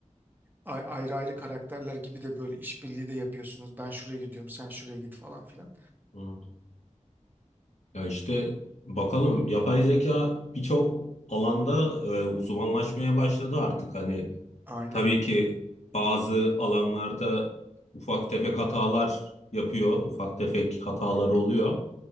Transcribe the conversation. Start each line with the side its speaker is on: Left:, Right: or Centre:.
Right: ay- ayrı ayrı karakterler gibi de böyle işbirliği de yapıyorsunuz. Ben şuraya gidiyorum, sen şuraya git falan filan.
Left: Hı. Ya işte bakalım yapay zeka birçok alanda e, uzmanlaşmaya başladı artık. Hani
Right: Aynen.
Left: tabii ki bazı alanlarda ufak tefek hatalar yapıyor, ufak tefek hataları
Right: Hı hı.
Left: oluyor.